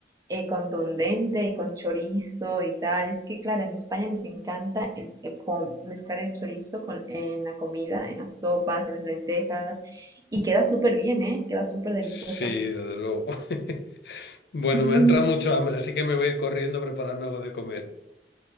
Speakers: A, on the right; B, on the left.
A: eh, contundente y con chorizo y tal. Es que, claro, en España les encanta el, el con- mezclar el chorizo con, en la comida, en las sopas, en las lentejas, y queda súper bien, ¿eh? Queda súper delicioso.
B: Sí, desde luego. <laughs> Bueno,
A: <laughs>
B: me ha entrado mucho hambre, así que me voy a ir corriendo a prepararme algo de comer.